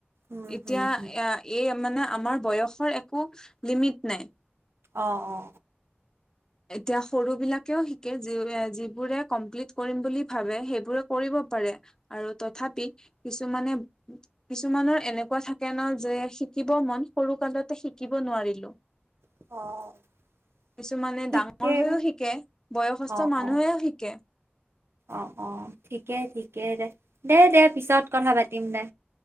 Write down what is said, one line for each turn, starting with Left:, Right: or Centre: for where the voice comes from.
Right: উম
Left: এতিয়া
Right: উম উম
Left: এই মানে আমাৰ বয়সৰ একো লিমিট নাই।
Right: অ', অ'।
Left: এতিয়া সৰু বিলাকেও শিকে যিবোৰে কমপ্লিট কৰিম বুলি ভাবে সেইবোৰে কৰিব আৰু তথাপি কিছুমানে কিছুমানৰ এনেকুৱা থাকে ন যে শিকিব মন সৰু কালতে শিকিব নোৱাৰিলো
Right: অ'।
Left: কিছুমানে
Right: ঠিকে
Left: ডাঙৰ হৈও শিকে বয়সস্থ
Right: অ
Left: মানুহেও
Right: অ
Left: শিকে।
Right: অ', অ' ঠিকে ঠিকে দে, দে, দে পিছত কথা পাতিম দে।